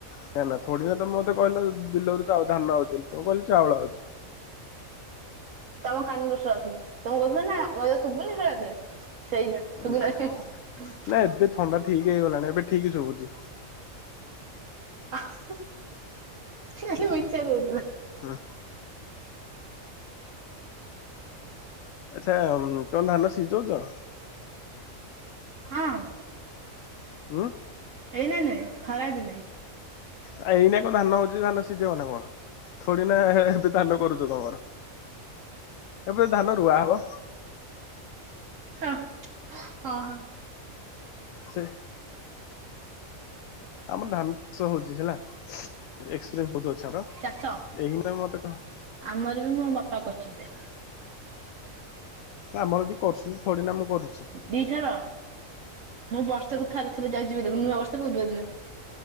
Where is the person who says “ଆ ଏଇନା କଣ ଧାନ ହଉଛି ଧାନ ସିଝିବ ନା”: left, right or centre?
Left